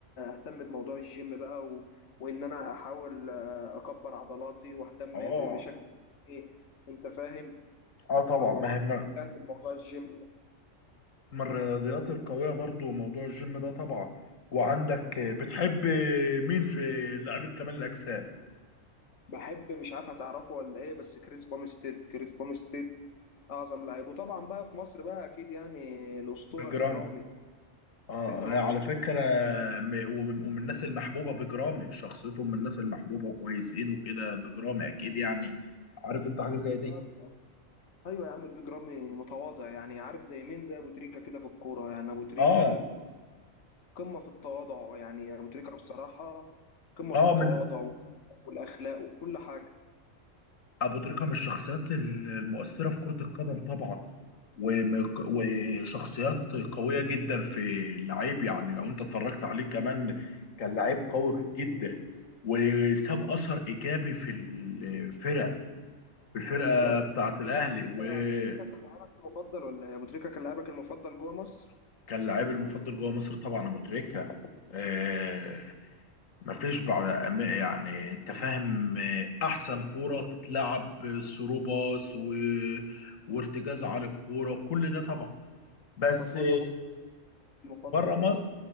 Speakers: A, on the left; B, on the left.
A: اهتم بموضوع الجيم بقى و... وان انا احاول آه، اكبر عضلاتي واهتم
B: اه
A: ب- بشكل ايه انت فاهم
B: اه طبعا
A: فمؤخرا
B: ما هي ما
A: بدأت بموضوع الجيم
B: من الرياضيات القوية برضو موضوع الجيم ده طبعا وعندك بتحب مين في لعبة كمال الأجسام
A: بحب مش عارف هتعرفه ولا ايه بس كريس بامستيد كريس بامستيد اعظم لعيب وطبعا بقى في مصر بقى اكيد يعني الاسطورة
B: بجرام
A: بيج رامي
B: اه
A: بيج
B: يعني
A: رامي
B: على فكرة م- ومن ومن الناس المحبوبة بجرامي شخصيتهم من الناس المحبوبة وكويسين وكده بجرامي أكيد يعني عارف أنت حاجة
A: بالظبط
B: زي دي
A: ايوه يا عم بيج رامي متواضع يعني عارف زي مين زي ابو تريكة كده في الكورة يعني ابو تريكة
B: اه
A: قمة في التواضع يعني أبو تريكة بصراحة قمة
B: اه
A: في التواضع
B: من
A: والأخلاق وكل حاجة
B: ابو تريكه من الشخصيات المؤثره في كره القدم طبعا وم- وشخصيات قويه جدا في اللعيب يعني لو انت اتفرجت عليه كمان كان لعيب قوي جدا وساب اثر ايجابي في الفرق في الفرقه
A: بالظبط
B: بتاعه الاهلي
A: تريكة
B: وكان
A: كان لاعبك المفضل ولا إيه؟ أبو تريكة كان لاعبك المفضل جوه مصر
B: لعيب المفضل جوه مصر طبعا ابو تريكه آه، مفيش بعد أما- يعني انت فاهم آه، احسن كوره تتلعب ثرو باص و... وارتجاز على الكوره وكل ده طبعا بس
A: طب بره مصر المفضل
B: بره
A: بقى
B: مصر